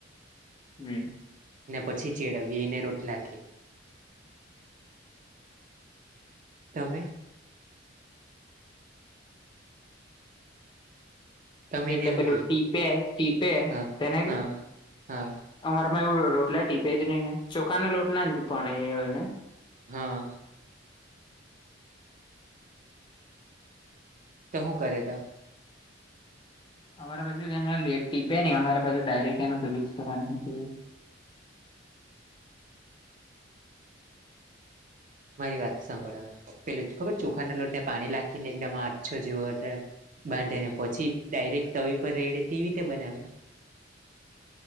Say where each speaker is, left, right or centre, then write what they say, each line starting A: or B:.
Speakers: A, on the left; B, on the right.
A: <inaudible>
B: ને પછી ચેડવીએ એને રોટલા કે તમે તમે
A: એટલે
B: એને હું
A: પેલું
B: કે
A: ટીપે ટીપે
B: હા
A: તેને કે
B: હા હા
A: અમારામાં એવું રોટલા ટીપે જ નહી ને ચોખા ના લોટ ના જ પણ એ હોય ને
B: હા તો હું કરે તો
A: અમારા બાજુ એને ટીપે ની અમારા બાજુ ડાયરેક્ટ એનું પેલું જ કરવાની હું કેય એને
B: મારી વાત સાંભળ હવે પેલું ખબર ચોખાના લોટ ને પાણી લાખી ને એકદમ આછો જેવો બાંધે ને પછી ડાયરેક્ટ તવી પર રેડે તેવી રીતે બનાવે.